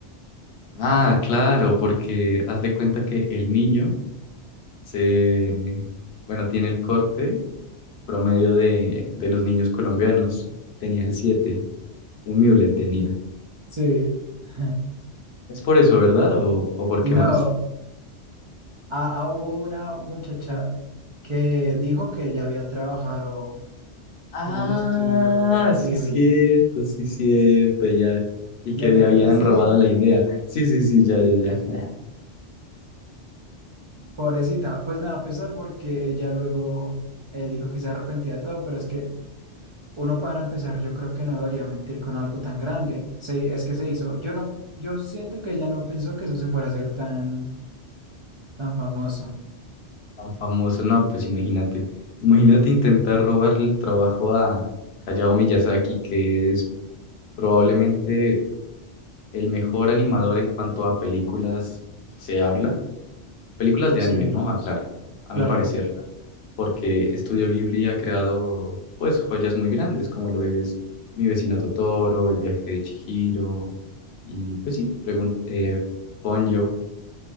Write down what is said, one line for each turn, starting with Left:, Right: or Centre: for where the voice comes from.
Left: Ah, claro, porque haz de cuenta que el niño se, bueno, tiene el corte promedio de, de los niños colombianos. Tenía el 7 un mule tenía.
Right: Sí. <laughs>
Left: Es por eso, ¿verdad? ¿O, o por qué
Right: No,
Left: más?
Right: ah, ah, hubo una muchacha que dijo que ella había trabajado
Left: Ah,
Right: con el estudio Ghibli.
Left: sí, cierto, sí, cierto, ya. Y
Right: ¿Ya
Left: que
Right: te
Left: le
Right: acuerdas?
Left: habían
Right: de?
Left: robado la idea. Sí, sí, sí, ya, ya, ya. <laughs>
Right: Pobrecita, pues me da pesar porque ella luego eh, dijo que se arrepentía de todo, pero es que Uno para empezar, yo creo que no debería mentir con algo tan grande. Se- es que se hizo. Yo no, yo siento que ella no pensó que eso se fuera a hacer tan, tan famoso.
Left: Tan famoso. No, pues imagínate. Imagínate intentar robarle el trabajo a Hayao Miyazaki, que es probablemente el mejor animador en cuanto a películas se habla. Películas de
Right: Sí,
Left: anime, ¿no? Aclaro, a
Right: claro,
Left: mi parecer. porque Estudio Ghibli ha creado pues joyas muy grandes, como lo es Mi vecino Totoro, El viaje de Chihiro, y pues sí, pregun eh, Ponyo,